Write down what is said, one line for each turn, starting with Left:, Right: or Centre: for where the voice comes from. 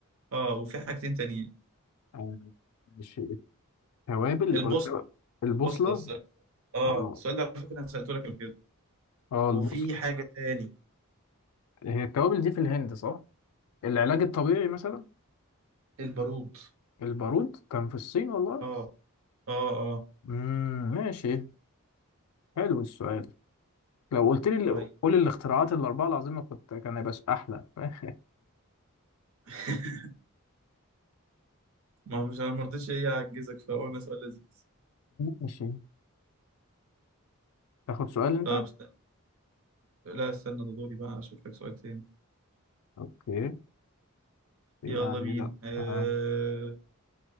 Right: آه وفي حاجتين تانيين
Left: آه، ماشي. التوابل
Right: البوصلة
Left: ولا التو- البوصلة
Right: البوصلة الس- آه
Left: اه
Right: السؤال ده على فكرة أنا سألته لك قبل كده
Left: اه البوصلة
Right: وفي حاجة تاني
Left: هي التوابل دي في الهند صح؟ العلاج الطبيعي مثلا
Right: البارود
Left: البارود كان في الصين والله
Right: آه آه آه
Left: امم ماشي حلو السؤال لو قلت لي
Right: طيب
Left: قول الاختراعات الأربعة العظيمة كنت كان هيبقى س- أحلى <laughs>
Right: <laughs> ما مش انا ما رضيتش ايه اعجزك فقلنا سؤال لذيذ
Left: ماشي تاخد سؤال أنت؟
Right: طب استنى لا استنى ده دوري بقى اشوف لك سؤال تاني
Left: اوكي يعني
Right: يلا بينا
Left: لا
Right: أه...
Left: آه،